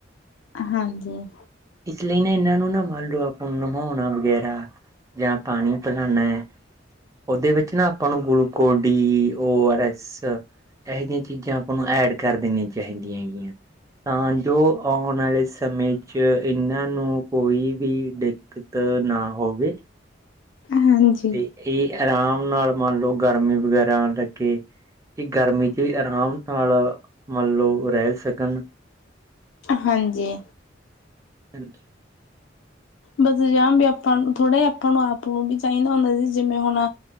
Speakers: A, on the left (about 80°); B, on the right (about 15°).
A: ਹਾਂਜੀ।
B: ਇਸ ਲਈ ਨਾ ਇਹਨਾਂ ਨੂੰ ਨਾ ਮੰਨ ਲੋ ਆਪਾਂ ਨੂੰ ਨਭਾਉਣਾ ਵਗੈਰਾ। ਯਾ ਪਾਣੀ ਪਿਲਾਨਾ ਐ। ਉਹ ਦੇ ਵਿੱਚ ਨਾ ਆਪਾਂ ਨੂੰ gluco D O R S ਇਹੋ ਜਿਹੀਆਂ ਚੀਜ਼ਾਂ ਆ, ਪਾਂ ਨੂੰ ਐਡ ਕਰ ਦੇਣੀਆਂ ਚਾਹੀਦੀਆਂ ਹੈਗੀਆਂ। ਤਾਂ ਜੋ ਆਉਣ ਵਾਲੇ ਸਮੇਂ 'ਚ ਕਿ ਇਨਾਂ ਨੂੰ ਕੋਈ ਵੀ ਦਿੱਕਤ ਨਾ ਹੋਵੇ।
A: ਹਾਂਜੀ।
B: ਤੇ ਇਹ ਆਰਾਮ ਨਾਲ ਮੰਨ ਲੋ ਗਰਮੀ ਵਗੈਰਾ ਆਣ ਲੱਗੇ ਕਿ ਗਰਮੀ ਚ ਵੀ ਆਰਾਮ ਨਾਲ ਮੰਨ ਲਓ ਰਹਿ ਸਕਣ।
A: ਹਾਂਜੀ।
B: ਹਾਂਜੀ।
A: ਬਸ ਜਾ ਵੀ ਆਪਾਂ ਨੂੰ ਥੋੜਾ ਆਪਾਂ ਨੂੰ, ਆਪ ਨੂੰ ਵੀ ਚਾਹੀਦਾ ਹੁੰਦਾ ਸੀ ਜਿਵੇਂ ਹੁਣ।